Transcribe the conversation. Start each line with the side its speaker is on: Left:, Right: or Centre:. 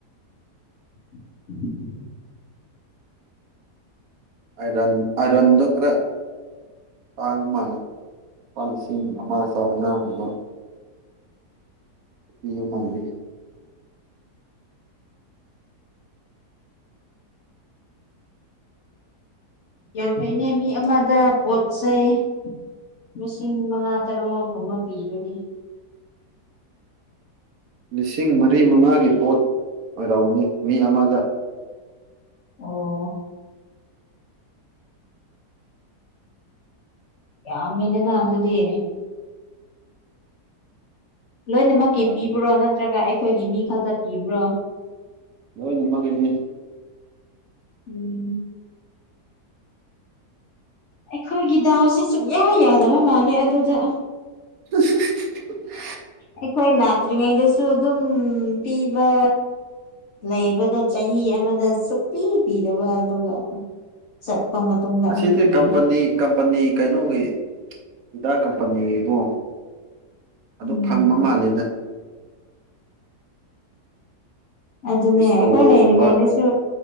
Left: <unintelligible>
Right: ꯑꯔ ꯑꯔꯗꯨ ꯀ꯭ꯔ ꯄꯥꯉ ꯃꯥꯂ ꯂꯨꯄꯥ ꯂꯤꯁꯤꯡ
Left: ꯎꯝ
Right: ꯑꯃ ꯆꯥꯝꯃꯉꯥ ꯍꯟꯗꯣꯛ ꯁꯤ ꯃꯥꯜꯂꯤ
Left: ꯌꯥꯝ ꯐꯩꯅ ꯃꯤ ꯑꯃꯗ ꯄꯣꯠ ꯆꯩꯩ ꯂꯤꯁꯤꯡ ꯃꯉꯥ ꯇꯔꯨꯛꯒꯨꯝꯕ ꯄꯤꯔꯅꯤ
Right: ꯂꯤꯁꯤꯡ ꯃꯔꯤ ꯃꯉꯥꯒꯤ ꯄꯣꯠ ꯑꯣꯏꯔꯎꯅꯤ ꯃꯤ ꯑꯃꯗ
Left: ꯑꯣ ꯌꯥ ꯃꯦꯂꯅ ꯑꯗꯨꯗꯗꯤ ꯂꯣꯏꯅꯃꯛꯀꯤ
Right: ꯌꯥꯝꯃꯤ
Left: ꯄꯤꯕ꯭ꯔꯣ ꯅꯠꯇ꯭ꯔꯒ ꯑꯩꯈꯣꯏꯒꯤ ꯃꯤ ꯈꯛꯇ ꯄꯤꯕ꯭ꯔꯣ
Right: ꯂꯣꯏ ꯅꯝꯃꯒꯤꯩꯅꯦ
Left: ꯎꯝ ꯑꯩꯈꯣꯏꯒꯤ ꯗꯥꯎꯁꯦ ꯁꯨꯛꯌꯥ ꯌꯥꯗꯕ ꯃꯥꯜꯂꯦ ꯑꯗꯨꯗ
Right: <inaudible>
Left: ꯑꯩꯈꯣꯏ ꯂꯥꯛꯇ꯭ꯔꯤꯉꯩꯗꯁꯨ ꯑꯗꯨꯝ ꯄꯤꯕ ꯂꯩꯕꯗ ꯆꯍꯤ ꯑꯃꯗ ꯁꯛꯄꯤ ꯄꯗꯕ ꯑꯗꯨꯒ ꯆꯠꯄ ꯃꯇꯨꯡꯗ
Right: ꯑꯁꯤꯁꯗꯤ
Left: ꯑꯃꯨꯛ ꯄꯤꯌꯦ
Right: ꯀꯝꯄꯅꯤ ꯀꯝꯄꯅꯤ ꯀꯩꯅꯩꯅꯣꯒꯦ ꯍꯤꯗꯥ ꯀꯝꯄꯅꯤꯒꯤꯀꯣ ꯑꯗꯨ
Left: ꯎꯝ
Right: ꯐꯪꯕ ꯃꯥꯜꯂꯦꯗ
Left: ꯑꯗꯨꯅꯦ
Right: ꯔꯤꯁꯇꯣꯒꯨꯝꯕ
Left: ꯑꯩꯈꯣꯏ ꯂꯩꯔꯤꯉꯩꯗꯁꯨ